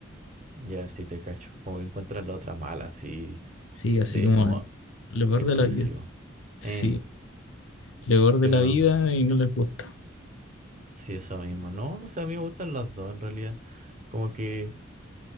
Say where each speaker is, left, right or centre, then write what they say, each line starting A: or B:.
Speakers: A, on the right (about 40°); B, on the left (about 85°).
A: Ya, sí te cacho. Como que encuentran la otra mala, así,
B: Sí, así
A: de
B: como
A: como
B: l- lo peor
A: exclusivo.
B: de la vida. Sí,
A: Eh,
B: lo peor
A: pero...
B: de la vida y no les gusta.
A: Sí, eso mismo, ¿no? O sea, a mí me gustan las dos en realidad. Como que